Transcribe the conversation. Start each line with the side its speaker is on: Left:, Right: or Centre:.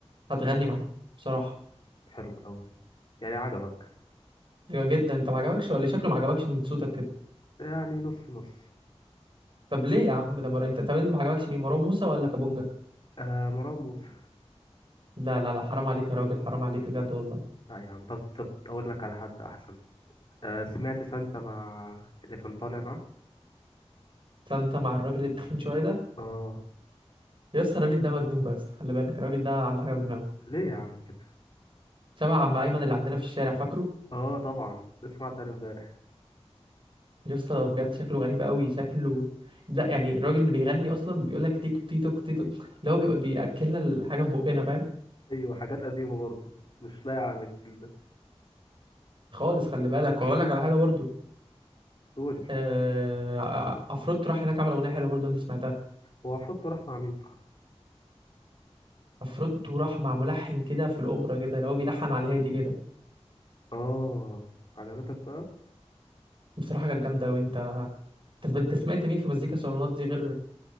Right: هتغني معاه بصراحه
Left: حلو أوي يعني عجبك
Right: جدا انت ما عجبكش ولا إيه؟ شكله ما عجبكش من صوتك كده
Left: يعني نص نص
Right: طب ليه يا عم ده مر... انت طب انت ما عجبكش مين مروان موسى ولا كابونجا
Left: آه مروان موسى
Right: لا لا لا حرام عليك يا راجل حرام عليك بجد
Left: لا
Right: والله
Left: لا يا عم طب طب أقول لك على حد أحسن آه سمعت سانتا مع اللي كان طالع معاه؟
Right: فانت مع الراجل التخين شويه ده
Left: آه
Right: يا اسطى الراجل ده مجنون بس خلي بالك الراجل ده عنده حاجه في دماغه
Left: ليه يا عم كده؟
Right: شبه عم ايمن اللي عندنا في الشارع فاكره
Left: آه طبعا لسه معدي عليه امبارح
Right: يا اسطى بجد شكله غريب قوي شكله لا يعني الراجل اللي بيغني اصلا بيقول لك تيك تي توك تي توك اللي هو بيق- بياكلنا الحاجه في بقنا فاهم
Left: أيوه حاجات قديمة برضه مش لايقة على الجيل ده
Right: خالص خلي بالك وهقول لك على حاجه برضو
Left: قول
Right: آه، ع- عفروتو راح هناك عمل اغنيه حلوه برضو انت سمعتها
Left: هو عفروتو راح مع مين صح
Right: عفروتو راح مع ملحن كده في الاوبرا كده اللي هو بيلحن على الهادي كده
Left: اه عجبتك بقى
Right: بصراحه كانت جامده وانت انت أنت سمعت مين في مزيكا صالونات دي غير